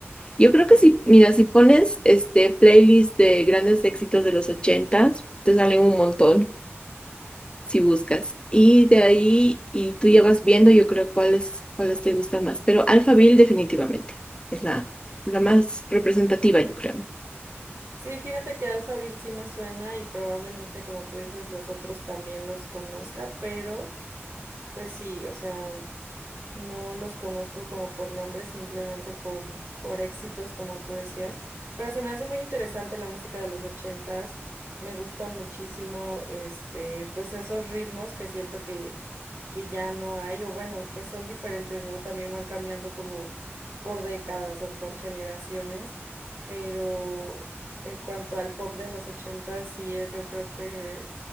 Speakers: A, on the left; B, on the right.
A: Yo creo que si, mira, si pones este playlist de grandes éxitos de los ochentas, te salen un montón si buscas. Y de ahí, y tú ya vas viendo, yo creo cuáles, cuáles te gustan más. Pero Alphaville definitivamente es la, la más representativa, yo creo.
B: Sí, fíjate que Alphaville sí me suena y probablemente como tú dices los otros también los conozca, pero pues sí, o sea, No los conozco como por nombre, simplemente por, por éxitos, como tú decías. Pero se me hace muy interesante la música de los ochentas. Me gusta muchísimo, este, pues esos ritmos que siento que, que ya no hay, o bueno, pues son diferentes, ¿no? También van cambiando como por décadas o por generaciones. Pero en cuanto al pop de los ochentas, sí es, yo creo que